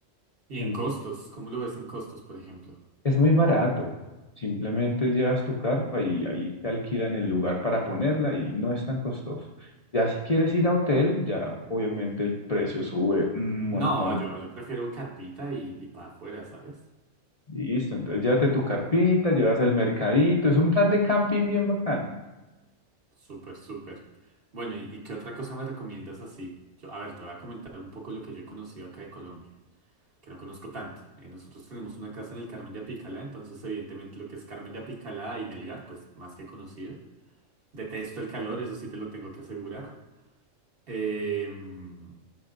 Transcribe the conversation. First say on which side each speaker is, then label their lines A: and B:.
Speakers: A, on the right; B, on the left.
A: ¿Y
B: En-
A: en costos? ¿Cómo lo ves en costos, por ejemplo?
B: es muy barato. Simplemente llevas tu carpa y ahí te alquilan el lugar para ponerla y no es tan costoso. Ya si quieres ir a hotel, ya obviamente el precio sube un montón.
A: No, yo, yo prefiero carpita y, y para afuera, ¿sabes?
B: Listo, entonces llévate tu carpita, llevas el mercadito, es un plan de camping bien bacán.
A: Súper, súper. Bueno, ¿y, y qué otra cosa me recomiendas así? Yo, a ver, te voy a comentar un poco lo que yo he conocido acá de Colombia, que no conozco tanto. Eh, nosotros tenemos una casa en el Carmen de Apicalá, entonces evidentemente lo que es Carmen de Apicalá y Melgar, pues más que conocido. Detesto el calor, eso sí te lo tengo que asegurar. Em,